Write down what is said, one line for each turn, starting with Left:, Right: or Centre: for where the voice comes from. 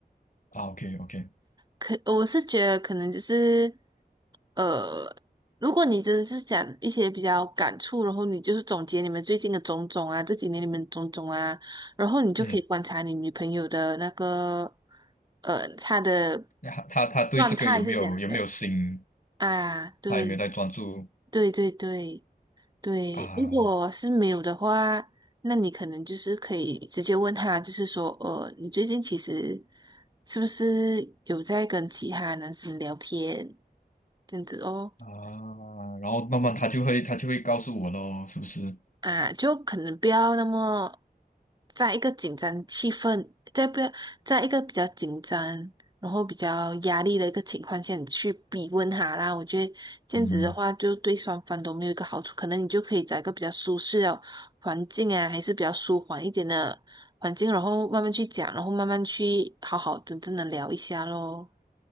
Left: 啊，OK OK，
Right: 可我是觉得可能就是，呃，如果你真的是讲一些比较感触，然后你就是总结你们最近的种种啊，这几年你们种种啊，然后你就可以观察你女朋友的那个，
Left: 嗯，
Right: 呃，她的
Left: 那他他他对这个有没有有没有心？
Right: 状态是怎样的。啊，对
Left: 他有没有在专注
Right: 对对对对，
Left: 啊
Right: 如果是没有的话，那你可能就是可以直接问他，就是说，呃，你最近其实是不是有在跟其他男生聊天这样子哦？
Left: 啊？然后慢慢他就会他就会告诉我咯，是不是？
Right: 啊，就可能不要那么在一个紧张气氛，在不要在一个比较紧张，然后比较压力的一个情况下，你去逼问他啦。我觉得这样子的话，
Left: 嗯。
Right: 就对双方都没有一个好处。可能你就可以找一个比较舒适的环境啊，还是比较舒缓一点的环境，然后慢慢去讲，然后慢慢去好好真正的聊一下咯。